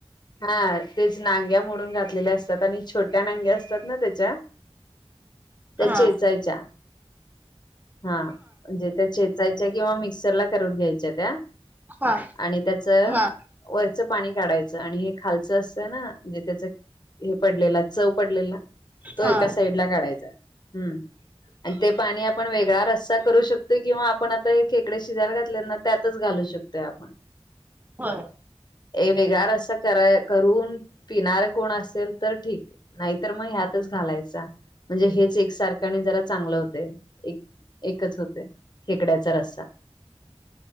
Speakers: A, on the left (about 45°); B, on the right (about 15°).
A: हा, तेच नांग्या मोडून घातलेल्या असतात, आणि छोट्या नांग्या असतात ना त्याच्या त्या
B: हा
A: चेचायच्या हा, म्हणजे त्या चेचायच्या, किंवा मिक्सरला करून घ्यायच्या त्या
B: हा
A: आणि त्याच
B: हा
A: वरचं पाणी काढायचं, आणि हे खालचं असतं ना जे त्याच हे पडलेला, चव पडलेला, तो
B: हा
A: एका साईडला काढायचा. हम्म, आणि ते पाणी आपण वेगळा रस्सा करू शकतो. ते घेऊन आपण आता हे खेकडे शिजायला घातले ना, त्यातच घालू शकतोय आपण.
B: होय.
A: ए वेगळा रस्सा कर करून पिणार कोण असेल तर ठीक नाहीतर मग ह्यातच घालायचा, म्हणजे हेच एकसारखं आणि जरा चांगलं होतय. एकच होतय खेकड्याचा रस्सा.